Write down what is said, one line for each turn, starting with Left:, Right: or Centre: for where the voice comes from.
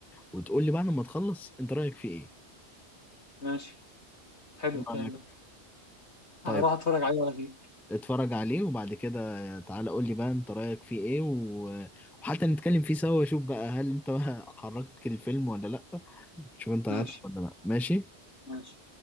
Centre: وتقول لي بعد ما تخلص انت رايك فيه ايه
Left: ماشي حلو
Centre: ايه
Left: الكلام
Centre: رايك
Left: ده
Centre: طيب
Left: هروح اتفرج عليه واجيب
Centre: اتفرج عليه وبعد كده تعالى قول لي بقى انت رأيك فيه ايه و... وحتى نتكلم فيه سوا واشوف بقى هل انت بقى <laughs> حركتك الفيلم ولا لا شوف انت
Left: ماشي
Centre: عيطت ولا لا ماشي
Left: ماشي